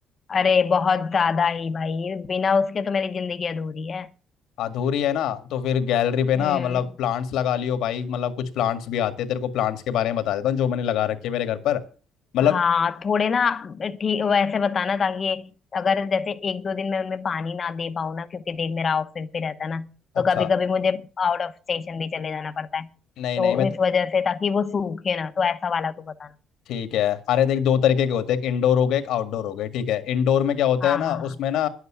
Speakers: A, on the left (about 30°); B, on the left (about 70°).
A: अरे बहुत ज्यादा ही भाई बिना उसके तो मेरी जिंदगी अधूरी है
B: अधूरी है ना तो फिर गैलरी पे ना
A: हम्म
B: मतलब प्लांट्स लगा लियो भाई मतलब कुछ प्लांट्स भी आते हैं तेरे को प्लांट्स के बारे में बता देता हूँ जो मैंने लगा रखे हैं मेरे घर पर मतलब
A: हाँ थोड़े ना ठीक वैसे बताना ताकि अगर जैसे एक दो दिन में उनमें पानी ना दे पाऊँ ना क्योंकि देख मेरा ऑफिस भी रहता है ना
B: अच्छा
A: तो कभी कभी मुझे आउट ऑफ स्टेशन भी चले जाना पड़ता है
B: नहीं
A: तो
B: नहीं मैं तो
A: इस वजह से ताकि वो सूखे ना तो ऐसा वाला तू बताना
B: ठीक है अरे देख दो तरीके के होते हैं एक इंडोर हो गए एक आउटडोर हो गए ठीक है इंडोर में क्या होता
A: हाँ
B: है ना
A: हाँ
B: उसमें ना